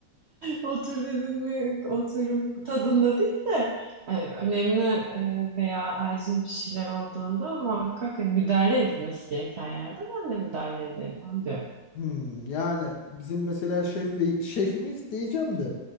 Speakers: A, on the right; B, on the left.
A: Otur dedin mi oturum tadında değil de e, önemli e, veya acil bir şeyler olduğunda muhakkak hani müdahale edilmesi gereken yerde ben de müdahale ederim onu diyor.
B: Hmm, yani bizim mesela şef ve şefimiz diyeceğim de